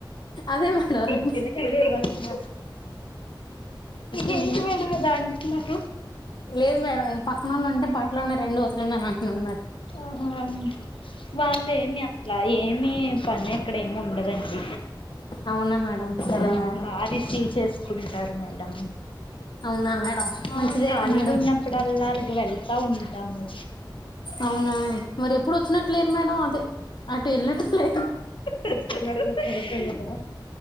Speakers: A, on the left; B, on the left.
A: అదే మేడం రండి
B: ఇంటికెళ్ళక అవే ఇవాళ్సింది ఎంటి మేడమ్ ఇది అంత ట్లారు
A: లేదు మేడం ఈ పక్ కావాలంటే బట్టలువున్నాయి రండి ఉంతుకుదురుఅని అంటున్నాను మేడమ్
B: ఆహా వాళ్ళు ఏమి అట్లా ఏమి పని అక్కడ ఏమి ఉండదండి
A: అవునా మేడం సరే
B: ఆ
A: మేడం
B: బాగా రిసీవ్ చేసుకుంటారు మేడం
A: అవునా మేడం
B: ఆ
A: మంచిదేక
B: ఖాళీ
A: మేడం
B: కొన్నప్పుడల్లా అలా వెళ్తా ఉంటాము
A: అవునా మరి ఎప్పుడు వచ్చినట్లేరు మేడం అదే అటు వెళ్ళినట్లు లేరు
B: సిక్స్త్ క్లాస్ లో చదువుకోలేదా